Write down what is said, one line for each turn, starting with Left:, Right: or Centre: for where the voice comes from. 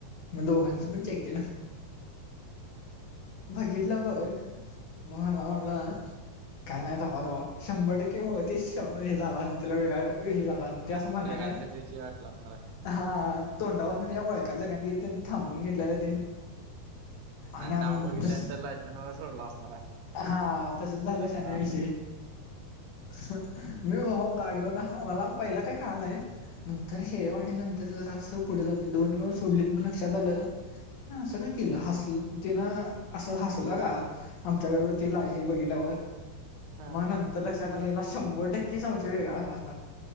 Left: मग दोघांचं पण चेक केलं.
Right: हम्म हम्म.
Left: घेतलं भाग. म मला मनला.
Right: हम्म.
Left: काय नाही धवा धवा शंभर टक्के भावा, ते श हे झाला तला वेगळा हे झाला. ते असं म्हणाय
Right: वेगळाच
Left: नाही
Right: काहीतरी विषय वाटला असणार आहे
Left: हा तोंडावरन
Right: आणि
Left: तेचा
Right: ते
Left: वळकालत कानी त्यांन थांबून घेतलेला तेन. आणि आमस
Right: नाव बघितल्यानंतर लायसन वर सोडला असणार आहे
Left: हा तस झालं शाण्याविषयी.
Right: हा
Left: हम्म मी भाव्हा गाडीवर हा मला पहिला काय कळालं नाहीय, नंतर शेवाडी नंतर जरा असं पुढे जात दोन गाव सोडलीत मला. लक्षात आलं असं काय केलं हसल तेन असं हसल का, आमच्याकड तेला आहे हे बघितल्यावर.
Right: हा
Left: मग नंतर लक्षा तला शंभर टक्के संशय वेगाला आला असणार.